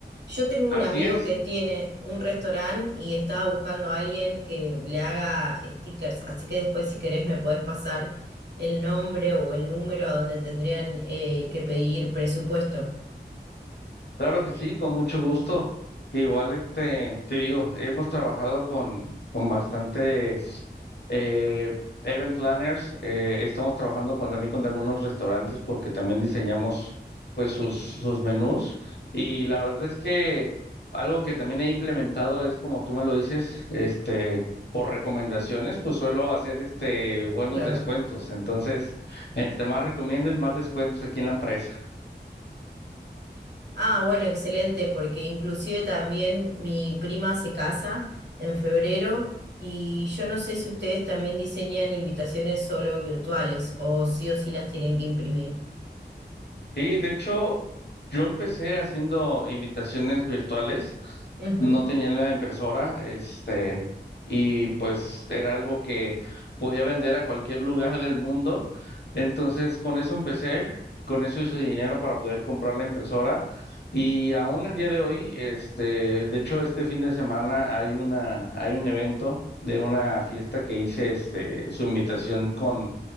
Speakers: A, on the right (about 70°); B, on the left (about 70°).
A: Yo tengo
B: Así
A: un amigo
B: es,
A: que tiene un restaurante y estaba buscando a alguien que le haga stickers. Así que después, si querés, me podés pasar el nombre o el número a donde tendrían eh, que pedir presupuesto.
B: Claro que sí, con mucho gusto. Igual, este, te digo, hemos trabajado con, con bastantes eh, event planners. eh, estamos trabajando con, también con algunos restaurantes porque también diseñamos pues sus, sus menús. Y la verdad es que algo que también he implementado es, como tú me lo dices, este, por recomendaciones, pues suelo hacer este, buenos
A: Claro.
B: descuentos. Entonces, entre más recomienden, más descuentos aquí en la empresa.
A: Ah, bueno, excelente, porque inclusive también mi prima se casa en febrero y yo no sé si ustedes también diseñan invitaciones solo virtuales o sí o sí las tienen que imprimir.
B: Sí, de hecho, yo empecé haciendo invitaciones virtuales,
A: Ujú.
B: no tenía la impresora, este, y pues era algo que podía vender a cualquier lugar del mundo. Entonces, con eso empecé, con eso hice dinero para poder comprar la impresora. Y aún el día de hoy, este, de hecho, este fin de semana hay una, hay un evento de una fiesta que hice, este, su invitación con,